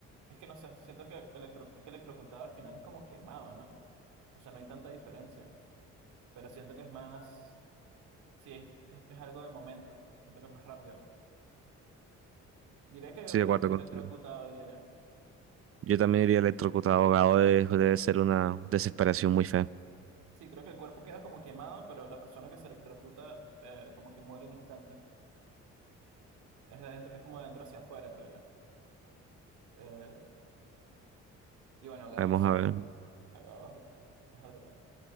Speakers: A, on the right; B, on the right.
A: Es que no sé, siento que electro... es que electrocutado al final es como quemado, ¿no? O sea, no hay tanta diferencia, pero siento que es más, sí, es, es- es algo de momento, siento que es más rápido. Diría que ele-
B: Sí, de acuerdo
A: electrocutado,
B: contigo.
A: diría yo.
B: Yo también diría electrocutado, ahogado,
A: La-
B: de- debe ser una desesperación muy fea.
A: Sí, creo que el cuerpo queda como quemado, pero la persona que se electrocuta eh, como que muere al instante. Es de adentro, es como de adentro hacia afuera, creo yo. Eh, y bueno, ahogado
B: Vamos
A: sí,
B: a ver. Mm.
A: ahogado es otro tema.